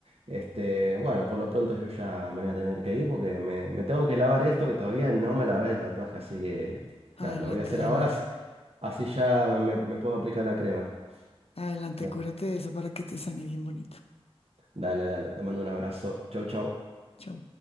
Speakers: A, on the right; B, on the left.
A: Este, bueno, por lo pronto yo ya me voy a tener que ir porque me, me tengo que lavar esto que todavía no me lavé el tatuaje, así que
B: Adelante,
A: nada, lo voy a hacer
B: adelante.
A: ahora, así, así ya me, me puedo aplicar la crema.
B: Adelante,
A: Da-
B: cúrate de eso para que te sane bien bonito.
A: Dale, dale, te mando un abrazo. Chau, chau.
B: Chao.